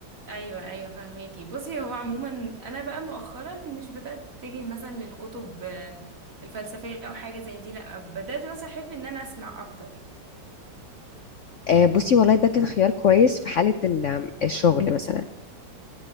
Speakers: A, on the right (about 45°); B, on the left (about 75°).
A: ايوه ايوه فهميكي بصي هو عموما انا بقى مؤخرا مش بدأت اتجه مثلا للكتب آه، الفلسفية او حاجة زي دي لا بدأت مثلا احب ان انا اسمع اكتر
B: آه، بصي والله ده كان خيار كويس في حالة ال- الشغل مثلا